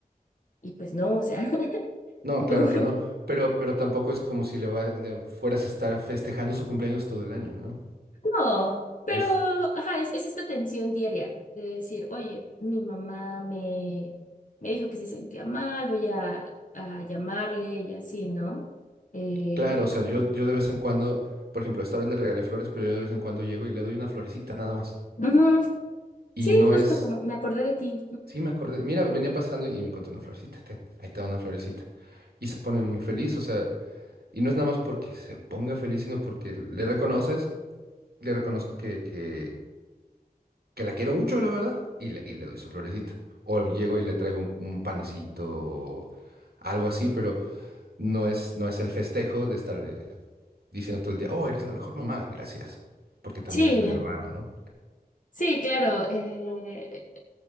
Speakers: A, on the left; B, on the right.
A: y pues no, o sea, <laughs>
B: No, claro que no. Pero, pero tampoco es como si le, va- le fueras a estar festejando su cumpleaños todo el año, ¿no?
A: No, pero
B: Es
A: ajá, es, es esta tensión diaria de decir, oye, mi mamá me, me dijo que se sentía mal, voy a, a llamarle y así, ¿no? Eh,
B: claro, o sea, yo, yo de vez en cuando, por ejemplo, esta vez le regalé flores, pero yo de vez en cuando llego y le doy una florecita nada más.
A: ujú,
B: Y
A: Sí,
B: no
A: justo
B: es,
A: como me acordé de ti.
B: sí me acordé, mira, venía pasando y me encontré una florecita, ten, ahí está una florecita. Y se pone muy feliz, o sea, y no es nada más porque se ponga feliz, sino porque le reconoces, le reconozco que, que que la quiero mucho, la verdad, y le, y le doy su florecita. O llego y le traigo un, un panecito o algo así, pero no es, no es el festejo de estarle diciendo todo el día, oh, eres la mejor mamá, gracias. Porque también
A: <laughs> Sí,
B: es medio raro, ¿no?
A: sí, claro. eh,